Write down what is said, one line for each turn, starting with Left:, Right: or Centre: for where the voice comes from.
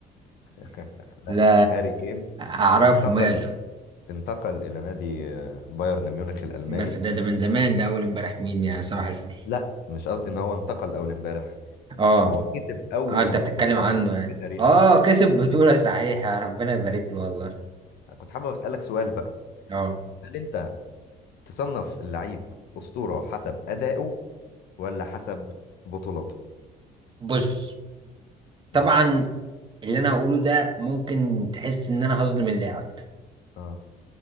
Left: <laughs>
Right: لا
Left: هاري كين
Right: اعرفه
Left: انتقل
Right: ماله
Left: انتقل الى نادي آه، بايرن ميونخ الالماني
Right: بس ده ده من زمان ده اول امبارح مين يعني صباح الفل
Left: لا مش قصدي ان هو انتقل اول امبارح
Right: اه
Left: هو كسب أول
Right: اه انت
Left: بطولة
Right: بتتكلم عنه
Left: ليه
Right: يعني
Left: في تاريخه
Right: اه كسب
Left: آه.
Right: بطولة صحيح يا ربنا يبارك له والله
Left: كنت حابب أسألك سؤال بقى
Right: اه
Left: هل أنت تصنف اللعيب أسطورة حسب أدائه ولا حسب بطولاته؟
Right: بص طبعا
Left: مم.
Right: اللي انا هقوله ده ممكن تحس ان انا هظلم اللاعب
Left: اه